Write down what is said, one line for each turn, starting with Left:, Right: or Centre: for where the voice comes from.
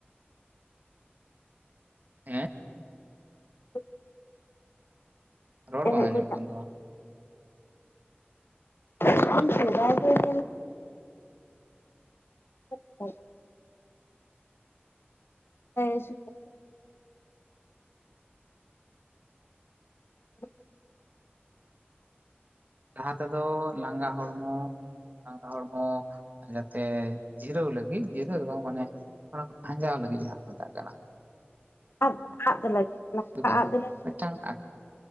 Right: ᱦᱮᱸ
Left: <unintelligible>
Right: ᱨᱚᱲ
Left: ᱮᱱᱮᱡ
Right: ᱵᱟᱝ ᱟᱸᱡᱚᱢᱚᱜ
Left: ᱠᱚ ᱪᱟᱜ
Right: ᱠᱟᱱ ᱛᱟᱢᱟ᱾
Left: <unintelligible> <unintelligible> ᱦᱮᱸ <unintelligible> <inaudible>
Right: ᱞᱟᱦᱟ ᱛᱮᱫᱚ ᱞᱟᱸᱜᱟ ᱦᱚᱲᱢᱚ ᱞᱟᱸᱜᱟ ᱦᱚᱲᱢᱚᱼᱼ ᱡᱟᱛᱮ ᱡᱤᱨᱟᱹᱣ ᱞᱟᱹᱜᱤᱫ ᱡᱤᱨᱟᱹᱣ ᱫᱚ ᱵᱟᱝ ᱢᱟᱱᱮ ᱚᱱᱟ ᱠᱚ ᱠᱷᱟᱸᱡᱟᱣ ᱞᱟᱹᱜᱤᱫ ᱡᱟᱦᱟᱸ ᱠᱚ ᱢᱮᱛᱟᱜ ᱠᱟᱱᱟ ᱾
Left: <inaudible> ᱞᱟᱹᱜᱤᱫ ᱞᱟᱸᱜᱟ
Right: ᱛᱚᱵᱮ
Left: ᱟᱫ ᱞᱟᱹᱜᱤᱫ
Right: ᱢᱤᱫᱴᱟᱝ <inaudible>